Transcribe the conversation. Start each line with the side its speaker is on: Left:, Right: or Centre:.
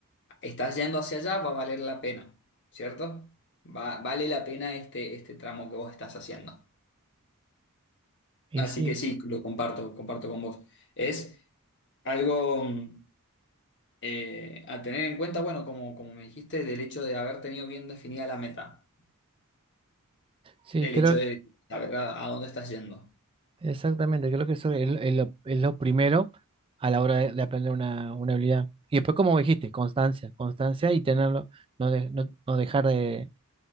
Left: estás yendo hacia allá, va a valer la pena, ¿cierto? Va- vale la pena este, este tramo que vos estás haciendo.
Right: Y
Left: Así
Right: sí,
Left: que sí, lo comparto, comparto con vos. Es algo... mm, eh, a tener en cuenta, bueno, como, como me dijiste, del hecho de haber tenido bien definida la meta,
Right: sí,
Left: el
Right: creo,
Left: hecho de saber a, a dónde estás yendo.
Right: exactamente, creo que eso es, lo es lo, es lo primero a la hora de, de aprender una, una habilidad. Y después, como dijiste, constancia, constancia y tenerlo, no, de- no, no dejar de,